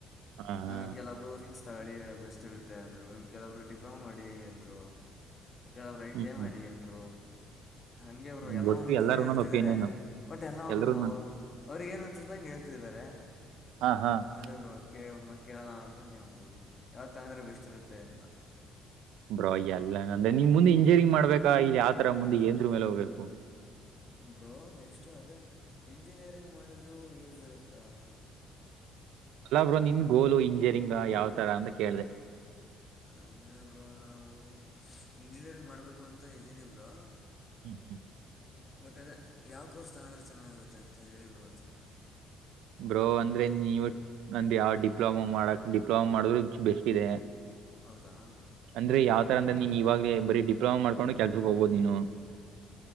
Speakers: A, on the right (about 80°); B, on the left (about 25°).
A: ಹಾ ಹಾ
B: ಆಮೇಲೆ ಕೆಲವೊಬ್ಬರು ಇನ್ಸ <inaudible> ತಳಿ ಬೆಸ್ಟ್ ಇರುತ್ತೆ ಅಂದ್ರು ಇನ್ ಕೆಲವರು ಡಿಪ್ಲೊಮಾ ಮಾಡಿ ಎಂದರು, <inaudible> ಕೆಲವರು ಐಟಿಐ
A: ಹ್ಮ್ ಹ್ಮ್
B: ಮಾಡಿ ಅಂದ್ರು. <inaudible> ಹಂಗೆ ಅವರು
A: ಹ್ಮ್,
B: ಎಲ್ಲಾ
A: ಒಟ್ಟು
B: ಒಂದ ಒಂದ
A: ಎಲ್ಲಾರು
B: ತರಾ
A: ಒಂದೊಂದು
B: ಹೇಳ್ತಿದಿದ್ದಾರೆ
A: ಒಪಿನಿಯನ್
B: ಒಟ್ಟ ಎಲ್ಲ ಒನನ
A: ಎಲ್ರು
B: ಆವ <inaudible> ಅವರಿಗೆ ಅನ್ಸುತ್ತೆ ಹಂಗ ಹೇಳ್ತಿದ್ದಾರೆ. <inaudible>
A: ಹಾ ಹಾ <inaudible>
B: ಅದೇ ಬ್ರೋ ಅದಕ್ಕೆ ಒಂದು ಮಾತ ಕೇಳೋ ಅಂತ ಹಂಗೆ ಮಾಡಿದ್ವಿ ಯಾವ ತೋನಂದೋರು ಬೆಸ್ಟ್ ಇರುತ್ತೆ ಅಂತ. <inaudible>
A: ಬ್ರೋ ಎಲ್ಲ ನಂದೇ ನೀ ಮುಂದೆ ಇಂಜಿನಿಯರಿಂಗ ಮಾಡಬೇಕಾ ಇದ ಯಾವತರಾ ಮುಂದೆ ಏನರ ಮೇಲೆ ಹೋಗಬೇಕು. <inaudible>
B: ಬ್ರೋ ನೆಕ್ಸ್ಟು ಅದೇ ಇಂಜಿನಿಯರಿಂಗ್ ಮಾಡಿದ್ರೂ ಯೂಸ್ ಇರುತ್ತಾ? <inaudible>
A: ಅಲ್ಲಾ ಬ್ರೋ ನಿನ್ ಗೋಲು ಇಂಜಿನಿಯರಿಂಗ್ ದಾ ಯಾವ್ ತರಾ ಅಂತ ಕೇಳದೇ. <inaudible>
B: ಅಂದರೆ ಬ್ರೋ ನಾವು ಇಂಜಿನಿಯರಿಂಗ್ ಮಾಡಬೇಕು ಅಂತ ಇದಿನಿ ಬ್ರೋ <inaudible>
A: ಹೂ ಹೂ <inaudible>
B: ಮತ್ತ ಅದೇ ಯಾವ ಕೋರ್ಸ್ ತೊಗೊಂಡ್ರೆ ಚೆನ್ನಾಗುತ್ತೆ ಅಂತ ಹೇಳಿ ಬ್ರೋ ಒಂದ್ ಸಲಾ? <inaudible>
A: ಬ್ರೋ ಅಂದ್ರೆ ನೀವು ನಂದ ಯಾವ ಡಿಪ್ಲೊಮಾ ಮಾಡಕ್ ಡಿಪ್ಲೊಮಾ ಮಾಡಿದ್ರರು ಬೆಸ್ಟ್ ಇದೆ. <inaudible>
B: ಹೌದಾ? <inaudible>
A: ಅಂದ್ರೆ ಯಾವ ತರ ಅಂದ್ರೆ ನೀನ್ ಇವಾಗಲೇ ಬರಿ ಡಿಪ್ಲೊಮಾ ಮಾಡಕೊಂಡು ಕೆಲಸಕ್ಕ ಹೋಗಬೋದು ನೀನು. <inaudible>